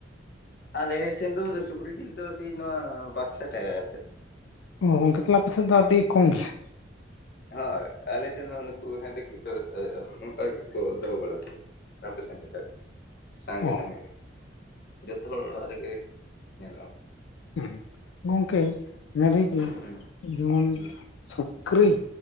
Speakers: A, on the left; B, on the left.
A: ᱟᱞᱮ ᱥᱮᱱ ᱫᱚ ᱥᱩᱠᱨᱤ ᱡᱤᱞ ᱫᱚ ᱥᱮᱭ ᱱᱚᱣᱟ ᱵᱟᱨ ᱥᱟᱭ ᱴᱟᱠᱟ ᱠᱟᱛᱮᱫ
B: ᱚ ᱜᱚᱝᱠᱮ ᱛᱚᱦᱞᱮ ᱟᱯᱮ ᱥᱮᱫ ᱫᱚ ᱟᱰᱤ ᱠᱚᱢ ᱜᱮᱭᱟ᱾
A: ᱦᱳᱭ ᱟᱞᱮ ᱥᱮᱫ ᱦᱚ ᱱᱩᱠᱩ ᱦᱮᱸᱫᱮ ᱠᱚ ᱚᱱᱠᱟ ᱜᱮ ᱠᱚ ᱫᱚᱦᱚ ᱵᱟᱲᱟ ᱠᱚ᱾ ᱟᱯᱮ ᱥᱮᱱ ᱞᱮᱠᱟ ᱜᱮ ᱥᱟᱸᱜᱮ
B: ᱚ
A: ᱞᱟᱸᱜᱟ ᱜᱮ᱾ ᱡᱚᱛᱚ ᱦᱚᱲ ᱚᱲᱟᱜ ᱨᱮ ᱜᱮ ᱧᱮᱞᱚᱜᱼᱟ᱾
B: ᱦᱩᱸ ᱜᱚᱢᱠᱮ ᱧᱮᱞ ᱦᱩᱭ ᱠᱟᱱᱟ
A: ᱦᱩᱸ
B: ᱡᱮᱢᱚᱱ
A: ᱦᱩᱸ
B: ᱥᱩᱠᱨᱤ